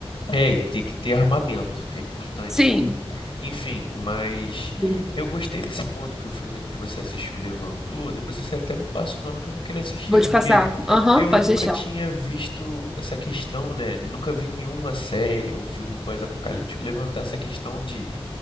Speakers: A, on the left (about 50°); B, in the centre.
A: É, e ter que ter armamento, é importante.
B: Sim.
A: Enfim, mas
B: Sim.
A: eu gostei desse ponto que o filme que você assistiu levantou. Depois você até me passa o nome que eu vou querer assistir,
B: Vou
A: porque
B: te passar. Aham,
A: eu
B: pode
A: nunca
B: deixar.
A: tinha visto essa questão, né? Nunca vi nenhuma série ou filme pós-apocalíptico levantar essa questão de